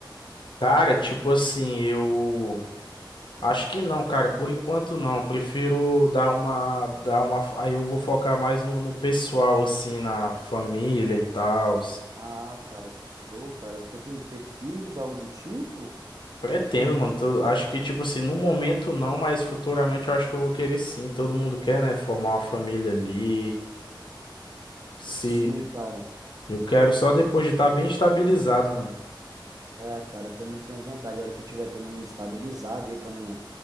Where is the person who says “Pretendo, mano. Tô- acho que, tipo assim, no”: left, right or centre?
Left